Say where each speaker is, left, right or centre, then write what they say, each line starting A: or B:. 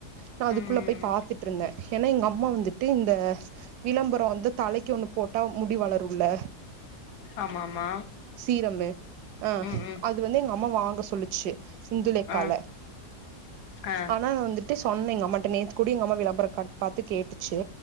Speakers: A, on the right; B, on the left.
A: நா அதுக்குள்ள
B: ம்
A: போய்
B: ம்
A: பாத்துட்டு இருந்த ஏன்னா எங்க அம்மா வந்துட்டு இந்த விளம்பரோ வந்து தலைக்கு ஒன்னு போட்டா முடி வளரும்ல
B: ஆமா ஆமா
A: சீரம்மு ஆ
B: ம் ம்
A: அது வந்து எங்க அம்மா வாங்க சொல்லிச்சு இந்துலேக்கால
B: ஆ ஆ
A: ஆனா நா வந்துட் டு சொன்னே எங்க அம்மாட்ட நேத்து கூடி எங்க அம்மா விளம்பர காட் பாத்து கேட்டுச்சு